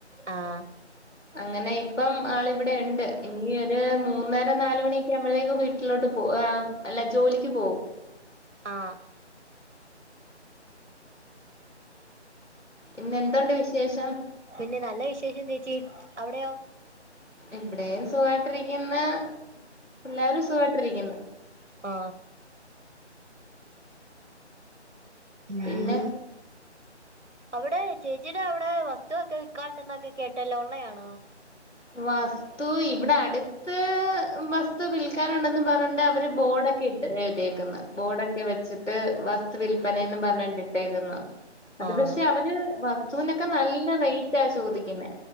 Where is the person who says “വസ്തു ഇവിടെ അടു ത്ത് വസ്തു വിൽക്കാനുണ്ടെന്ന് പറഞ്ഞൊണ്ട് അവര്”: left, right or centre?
Left